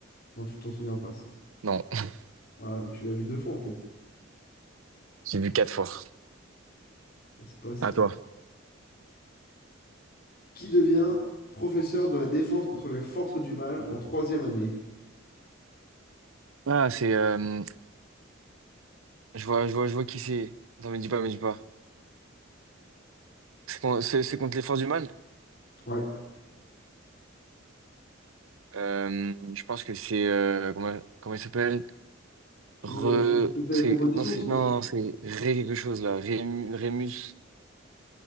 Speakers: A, on the left; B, on the right.
A: Non, tu t'en souviens pas ça.
B: Non, <laughs>
A: Voilà, mais tu l'as vu deux fois en fait.
B: j'ai vu quatre fois.
A: Ah, C'est pas assez.
B: À
A: hein.
B: toi.
A: Qui devient professeur de la défense contre les forces du mal en troisième année?
B: Ah, c'est... euh, je vois, je vois, je vois qui c'est. Attends, me dis pas, me dis pas. C'est con- c'est- c'est contre les forces du mal?
A: Ouais.
B: Euh, je pense que c'est... euh, comment, comment il s'appelle?
A: Tu
B: Re...
A: veux, euh, je te, je te fais
B: C'est...
A: les propositions
B: Non, c'est...
A: sinon.
B: Non,
A: hein.
B: c'est Ré quelque chose, là. Rému- Rémus...